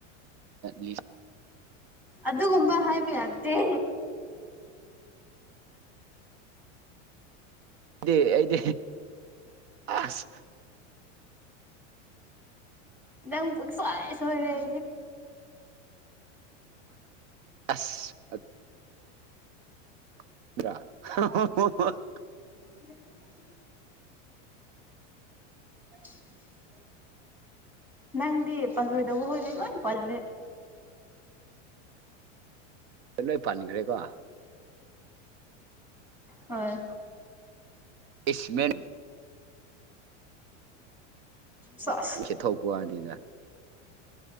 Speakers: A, on the right; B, in the centre.
A: ꯂꯤꯁ
B: ꯑꯗꯨꯒꯨꯝꯕ ꯍꯥꯏꯕꯤ ꯑꯗꯦ
A: ꯗ ꯑꯩꯗꯤ ꯑꯁ
B: ꯅꯪ ꯁꯣꯏ ꯁꯣꯏꯅꯤ
A: ꯑꯁ <unintelligible>
B: ꯎ <unintelligible> ꯅꯪꯗꯤ ꯄꯜꯣꯏꯗ ꯍꯔꯜꯅꯤ ꯄꯜ
A: ꯂꯣꯏ ꯄꯥꯟꯈ꯭ꯔꯦꯀꯣ
B: ꯍꯣꯏ
A: ꯏꯃꯦ
B: ꯁꯣꯁ
A: ꯅ ꯅꯪ ꯈꯤꯊꯣꯛꯄꯅꯤꯅ